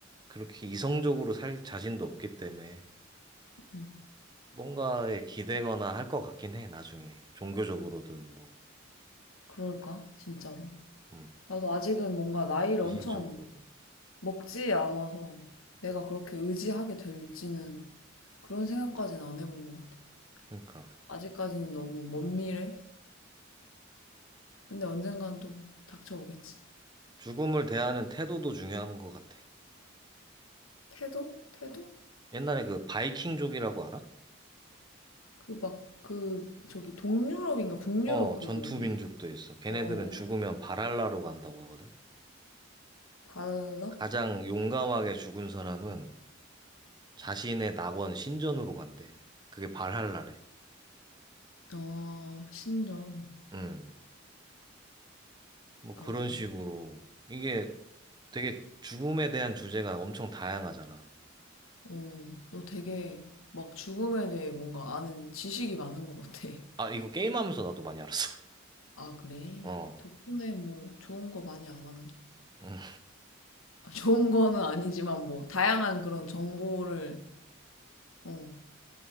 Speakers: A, on the right; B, on the left.
A: 그렇게 이성적으로 살 자신도 없기 때문에
B: 음,
A: 뭔가에 기대거나 할 것 같긴 해, 나중에. 종교적으로든 뭐,
B: 그럴까? 진짜로.
A: 음,
B: 나도 아직은 뭔가 나이를
A: 미신적으로든.
B: 엄청 먹지 않아서 내가 그렇게 의지하게 될지는 그런 생각까지는 안 해본 것 같아.
A: 그러니까
B: 아직까지는 너무 먼 미래? 근데 언젠간 또 닥쳐오겠지.
A: 죽음을 대하는 태도도 중요한 것 같아.
B: 태도? 태도?
A: 옛날에 그 바이킹족이라고 알아?
B: 그 막, 그, 저기 동유럽인가 북유럽
A: 어,
B: 그
A: 전투민족도
B: 아니야?
A: 있어. 걔네들은
B: 어,
A: 죽으면 발할라로 간다고 하거든.
B: 발랄라?
A: 가장 용감하게 죽은 사람은 자신의 낙원 신전으로 간대. 그게 발할라래.
B: 어, 신전.
A: 음. 뭐 그런
B: 그렇구나.
A: 식으로. 이게 되게 죽음에 대한 주제가 엄청 다양하잖아.
B: 어, 너 되게 막 죽음에 대해 뭔가 아는 지식이 많은 것 같아.
A: 아, 이거 게임하면서 나도 많이 알았어. <laughs>
B: 아, 그래?
A: 어.
B: 덕분에 뭐 좋은 거 많이 알았네.
A: 음.
B: 아, 좋은 거는 아니지만 뭐 다양한 그런 정보를 어,